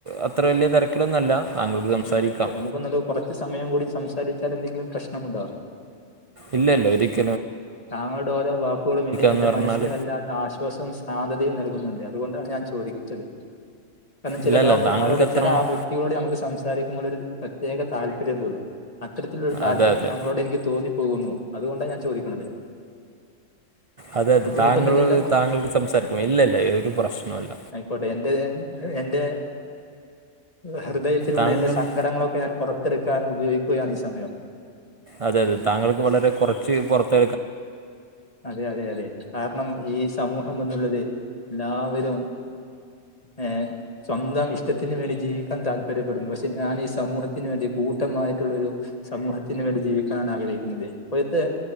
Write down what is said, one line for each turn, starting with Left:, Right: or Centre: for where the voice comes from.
Right: അത്ര വലിയ തിരക്കിലൊന്നല്ല. താങ്കൾക്ക് സംസാരിക്കാം
Left: അപ്പ നമുക്കൊന്നണ്ട് കൊറച്ച് സമയം കൂടി സംസാരിച്ചാൽ എന്തെങ്കിലും പ്രശ്നമുണ്ടോ?
Right: ഇല്ല ഇല്ല ഒരിക്ക
Left: താങ്കളുടെ ഓരോ വാക്കുകളും ഇനി എൻ്റെ
Right: എന്ന് പറഞ്ഞാൽ
Left: മനസ്സിന് വല്ലാത്ത ആശ്വാസും ശാന്തതയും നൽകുന്നുണ്ട്. ത്കൊണ്ടാണ് ഞാൻ ചോദിച്ചത്. ല്ല ചില
Right: ഇല്ല ഇല്ല
Left: ഡോക്ടർമാരോട്
Right: താങ്കൾക്ക് എത്ര
Left: ചില
Right: മണി-
Left: ആ വ്യക്തികളോട് നമുക്ക് സംസാരിക്കുമ്പോൾ ഒരു പ്രത്യേക താല്പര്യം തോന്നും. അത്തരത്തിലൊരു താല്പര്യം
Right: അതെ അതെ
Left: താങ്കളോട് എനിക്ക് തോന്നിപ്പോകുന്നു. അതുകൊണ്ടാ ഞാ ചോദിക്ക്ണത്. <inaudible>
Right: അതെ അതെ
Left: ബുദ്ധിമുട്ടൊന്നുമില്ലല്ലോ
Right: താങ്കൾ താങ്കൾക്ക് സംസാരിക്കും ഇല്ലല്ല എനിക്ക് ഒരു പ്രശ്നൊല്ല.
Left: ആയിക്കോട്ടെ എന്റെ എന്റെ ഹൃദയത്തിലുള്ള
Right: താങ്കൾ
Left: എന്റെ സങ്കടങ്ങളൊക്കെ ഞാൻ പുറത്തെടുക്കാൻ ഉപയോഗിക്കുകയാണ് ഈ സമയം.
Right: അതെ അതെ താങ്കൾക്ക് വളരെ കുറച്ച് പുറത്ത്
Left: അതെ അതെ അതെ കാരണം ഈ സമൂഹം എന്നുള്ളത് ല്ലാവരും ഏ സ്വന്തം ഇഷ്ടത്തിനന് വേണ്ടി ജീവിക്കാൻ താല്പര്യപ്പെടുന്നു. പക്ഷെ ഞാനീ സമൂഹത്തിന് വേണ്ടി കൂട്ടമായിട്ടുള്ളരു സമൂഹത്തിന് വേണ്ടി ജീവിക്കാനാഗ്രഹിക്കുന്നത്. ഇപ്പോഴത്തെ